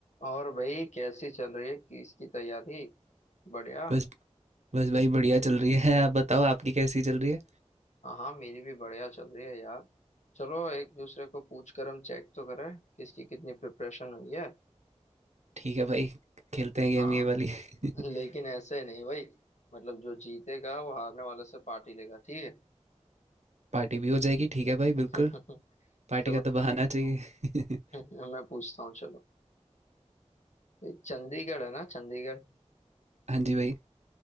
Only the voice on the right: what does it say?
बस बस भाई बढ़िया चल रही है आप बताओ आपकी कैसी चल रही है
ठीक है भाई खेलते हैं गेम
ये वाली <laughs>
पार्टी भी हो जाएगी ठीक है भाई
बिल्कुल पार्टी
का तो
बहाना
चाहिए
<laughs>
हाँ जी भाई